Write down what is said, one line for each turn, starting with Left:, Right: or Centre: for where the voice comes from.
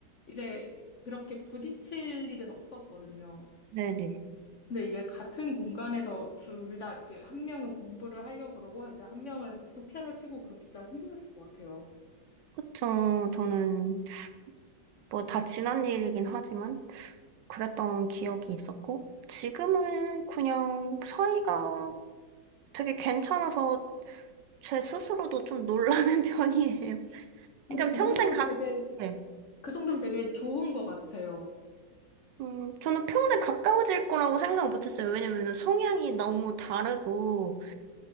Left: 이제 그렇게 부딪힐 일은 없었거든요.
Right: 네네.
Left: 근데 이게 같은 공간에서 둘 다 이렇게 한 명은 공부를 하려고 그러고 이제 한 명은 계속 피아노 치고 그럼 진짜 힘드셨을 것 같아요.
Right: 그쵸. 저는 뭐 다 지난 일이긴 하지만 그랬던 기억이 있었고, 지금은 그냥 사이가 되게 괜찮아서 제 스스로도 좀 놀라는 <laughs> 편이에요.
Left: 근데
Right: 그러니까
Left: 그
Right: 평생
Left: 정도면
Right: 가,
Left: 되게,
Right: 네.
Left: 그 정도면 되게 좋은 것 같아요.
Right: 음, 저는 평생 가까워질 거라고 생각 못 했어요. 왜냐면은 성향이 너무 다르고,